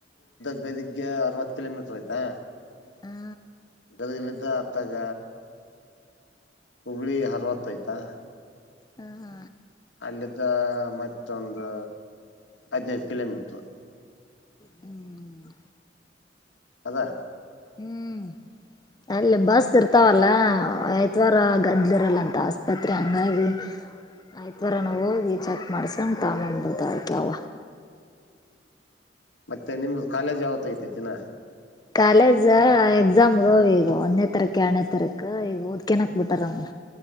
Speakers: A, on the left; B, on the left.
A: ಗದಿಗ್ಗೆ ಅರವತ್ತು ಕಿಲೋಮೀಟ್ರರ್ ಆಯ್ತಾ.
B: ಹಾ.
A: ಗದಲಿದ್ದ ಅತ್ತಾಗ ಹುಬಳಿ ಹರ್ವತ್ತಯ್ತಾ.
B: ಹಾ ಹಾ.
A: ಅಲ್ಲಿದ್ದ ಮತ್ತೊಂದು ಹದ್ನಿದ್ ಕಿಲೋಮೀಟರ್.
B: ಹ್ಮ್.
A: ಅದಾ.
B: ಹ್ಮ್. ಅಲ್ಲ ಬಸ್ ಇರ್ ತಾವಲ್ಲ ಐದ್ವಾರ ಗದ್ಲಿರಲ್ಲ ಅಂತ ಆಸ್ಪತ್ರೆ ಹಂಗಾಗಿ ಐದ್ವಾರಾನ ಹೋಗಿ ಚೆಕ್ ಮಾಡ್ಸಕೊಂಡ್ ತಕ್ಯಾವ.
A: ಮತ್ತೆ ನಿಮ್ದು ಕಾಲೇಜ್ ಯಾವತ್ತ ಐತಿ ದಿನ.
B: ಕಾಲೇಜ ಎಕ್ಸಾಮ್ ಅ ಈಗ ಒಂದ್ನೇ ತಾರೀಕ ಎರ್ಡ್ನೇ ತಾರೀಕ್ ಈಗ ಓದ್ಕನಕ್ ಬಿಟಾರಮ್ಮ.